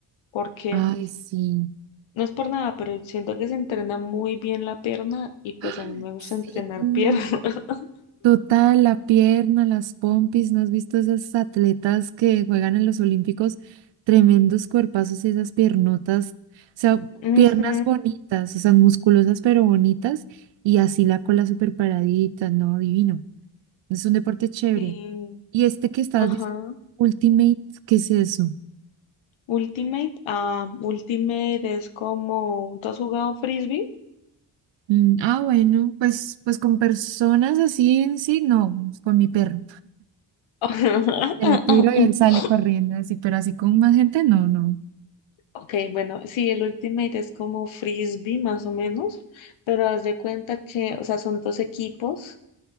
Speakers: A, on the left (about 80°); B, on the right (about 70°).
A: Porque
B: Ay, sí.
A: no es por nada, pero siento que se entrena muy bien la pierna y pues
B: ¡Ah!
A: a mí me gusta
B: Sí,
A: entrenar pierna. <laughs>
B: total, la pierna, las pompis, ¿no has visto esas atletas que juegan en los Olímpicos? Tremendos cuerpazos y esas piernotas, o sea,
A: Ujú,
B: piernas bonitas, o sea, musculosas pero bonitas y así la cola súper paradita, no, divino. Es un deporte chévere.
A: sí,
B: Y este que estás
A: ajá.
B: diciendo, Ultimate, ¿qué es eso?
A: Ultimate, ah, Ultimate es como, ¿tú has jugado frisbee?
B: Mm, ah, bueno, pues, pues con personas así en sí, no, con mi perro.
A: <laughs>
B: Se lo tiro y él sale corriendo así, pero así con más gente, no, no.
A: Ok, bueno, sí, el Ultimate es como frisbee más o menos, pero haz de cuenta que, o sea, son dos equipos